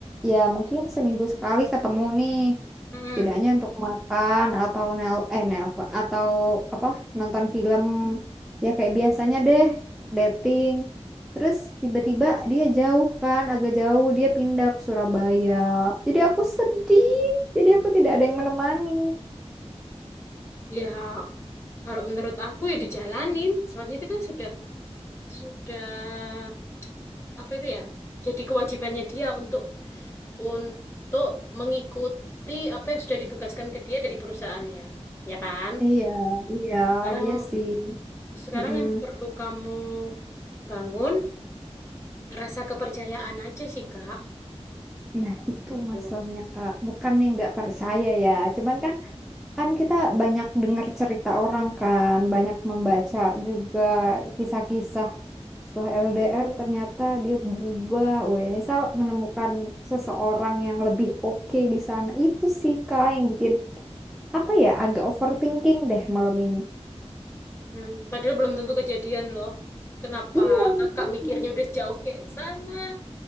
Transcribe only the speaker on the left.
Hmm.
Ya, kalau menurut aku ya dijalanin. Soalnya itu kan sudah, sudah, apa itu ya? Jadi kewajibannya dia untuk, untuk mengikuti apa yang sudah ditugaskan ke dia dari perusahaannya. Ya kan?
Sekarang,
sekarang
yang perlu kamu bangun Rasa kepercayaan aja sih, Kak.
Aku.
Hmm, padahal belum tentu kejadian loh. Kenapa
kakak
mikirnya udah sejauh kayak sana?